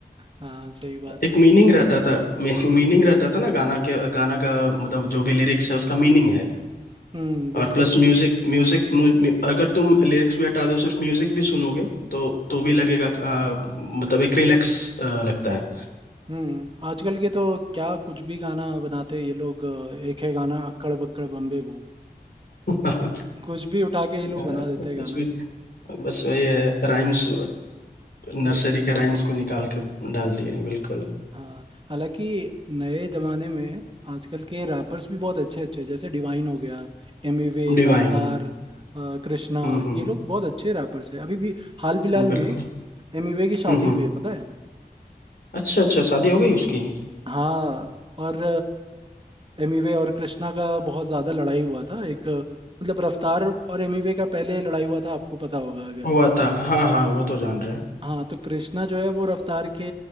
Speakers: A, on the right; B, on the left.
A: हाँ सही बात है
B: एक मीनिंग रहता था मीनिंग रहता था ना गाना के गाना का मतलब जो भी लिरिक्स है उसका मीनिंग है
A: हम्म बिल्कुल
B: और प्लस म्यूजिक म्यूजिक अगर तुम लिरिक्स भी हटा दो सिर्फ म्यूजिक भी सुनोगे तो तो भी लगेगा अ, मतलब एक रिलैक्स लगता है
A: हम्म आजकल के तो क्या कुछ भी गाना बनाते हैं ये लोग अ, एक है गाना अक्कड़ बक्कड़ बम्बे बो
B: <laughs> अ,
A: कुछ भी उठा के ये
B: कुछ
A: लोग बना देते हैं गाना
B: भी बस वही
A: हाँ,
B: है राइम्स नर्सरी
A: बस
B: के राइम्स
A: होना चाहिए
B: को निकाल के डाल दिए बिल्कुल
A: हाँ हालांकि नए जमाने में आजकल के रैपर्स भी बहुत अच्छे अच्छे हैं, जैसे डिवाइन हो गया एमिवे
B: डिवाइन
A: रफ्तार अ, कृष्णा
B: हम्म हम्म
A: ये लोग बहुत अच्छे रैपर्स हैं अभी भी हाल फिलहाल में
B: बिल्कुल
A: एमिवे की शादी
B: हम्म हम्म।
A: हुई है पता है
B: अच्छा अच्छा शादी हो गई उसकी
A: हाँ और एमिवे और कृष्णा का बहुत ज्यादा लड़ाई हुआ था एक अ, मतलब रफ्तार और एमिवे का पहले लड़ाई हुआ था आपको पता होगा अगर
B: हुआ था हाँ हाँ वो तो जान रहे हैं
A: हाँ तो कृष्णा जो है वो रफ्तार के